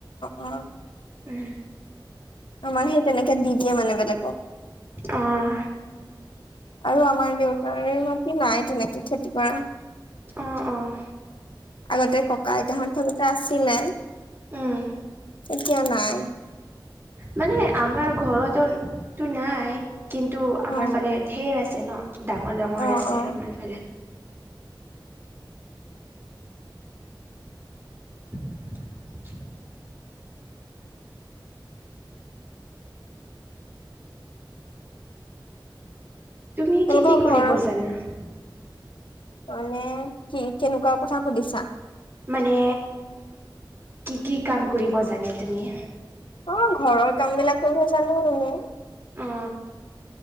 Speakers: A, on the left; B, on the right.
A: অ
B: উমহ।
A: আমাৰ সেই তেনেকে দি দিয়ে মানে বেলেগক।
B: অহ।
A: আৰু আমাৰ দেউতাৰ মাটি নাই তেনেকে খেতি কৰা।
B: অঁ অহ।
A: আগতে ককা আইতাহঁত থাকোতে আছিলে।
B: উমহ।
A: এতিয়া নাই।
B: মানে আমাৰ ঘৰতো তো নাই। কিন্তু আমাৰ
A: অ',
B: ফালে ঢেৰ আছে ন, ডাঙৰ ডাঙৰ
A: অ',
B: আছে
A: অ'।
B: আমাৰ ফালে। <inaudible> তুমি
A: তেওঁলোকৰ
B: কি কি কৰিব
A: ঘৰ
B: জানা?
A: মানে কি কেনেকুৱা কথা সুধিছা?
B: মানে কি কি কাম কৰিব জানে তুমি?
A: অঁ ঘৰৰ কাম বিলাক কৰিব জানো মানে।
B: অঁ।